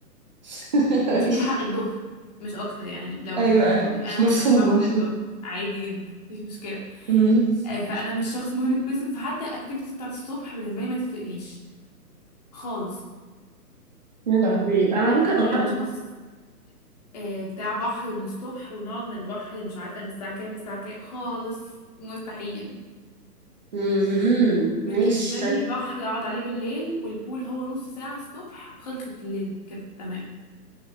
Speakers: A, on the right; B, on the left.
A: <laughs> ماشي
B: عشان يلحق الظهر مش اكتر يعني لو
A: ايوه
B: ما فيش
A: ايوه
B: ظهر، انا
A: مفهوم
B: ممكن اصحى على
A: مفهوم
B: 2 الظهر عادي جدا مفيش مشكلة
A: مم.
B: آه، فانا مش شخص مورنينج بيرسون فحتى الاكتيفيتي بتاعت الصبح بالنسبة لي ما تفرقليش خالص
A: يا لهوي انا
B: لا
A: ممكن
B: لا
A: اغرب
B: انا شخص آه، بتاع بحر من الصبح ونقعد من البحر مش عارفة من الساعة كام للساعة كام خالص مستحيل
A: مهم.
B: بالنسبة
A: ماشي
B: لي
A: طيب.
B: بحر اقعد عليه بالليل والبول هو نص ساعة الصبح وخلصت الليلة كده تمام